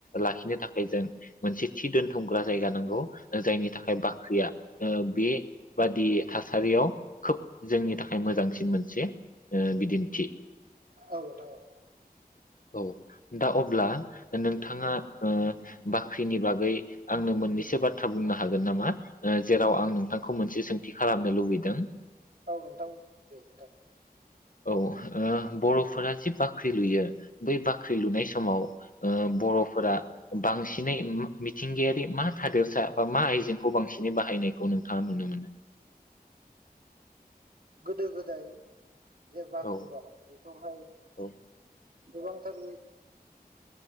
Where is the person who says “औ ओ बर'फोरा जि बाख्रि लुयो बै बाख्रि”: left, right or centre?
Left